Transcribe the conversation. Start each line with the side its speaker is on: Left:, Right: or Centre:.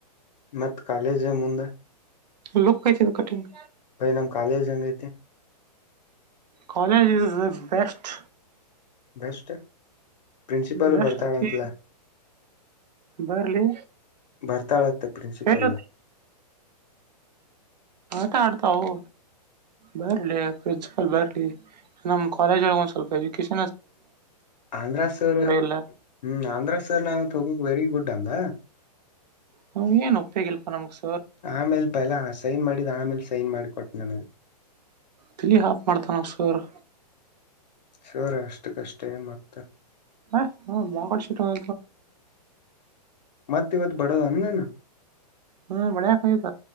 Left: ಮತ್ತ್ ಕಾಲೇಜೆ ಮುಂದೆ
Right: ಲಕ್ ಕಾಯತ ಕಠಿಂಗ
Left: ಭೈ- ನಮ್ ಕಾಲೇಜ್ ಹಂಗ ಐತೆ
Right: ಕಾಲೇಜ್ ಇಸ್- ದ -ಬೆಸ್ಟ್
Left: ನಷ್ಠೆ ಪ್ರಿನ್ಸಿಪಲ್
Right: ಬೆಸ್ಟ್
Left: ಬರ್ತಾಳಂತಲಾ
Right: ಐತಿ ಬರ್ಲಿ
Left: ಬರತಾಳ ಪ್ರಿನ್ಸಿಪಲ್
Right: ಹೇಳುತ್ತೆ ಸಟತಾವೋ ಬರಲಿ ಪ್ರಿನ್ಸಿಪಲ್ ಬರಲಿ ನಮ್ಮ್ ಕಾಲೇಜ್ ಒಂದ್ ಸ್ವಲ್ಪ ಎಜುಕನ್
Left: ಆಂಧ್ರ ಸರ್-
Right: ಇಲ್ಲ
Left: ಹ್ಮ್ -ಆಂಧ್ರ ಸರ್ ನಾವವು ತಗೋಕ್ ವೆರಿ ಗುಡ್ ಡಂಗ್
Right: ಹ- ಏನುಪ್ಪೆಗಲ್ಫ ನಮುಸ್
Left: ಆಮೇಲ್ ಪಯಲ ಸೈನ್ ಮಾಡಿದ್ ಆಮೇಲ್ ಸೈನ್ ಮಾಡಿಕೊಟ್ಟ ನನಗ
Right: ತಿಳ ಹಾಪ್ ಮಾಡ್ತಾನೆ ಸರ್
Left: ಶೋರ ಅಷ್ಟು ಕಷ್ಟೇ ಮತ್ತ
Right: ಹ ಹ ಬಂಗ ಸಿಟತ <inaudible>
Left: ಮತ್ತ ಇವತ್ತು ಬಡದನ ನಿನ್ನ?
Right: ಹ್ಮ ಬಡ್ಯಕ ಹಯತ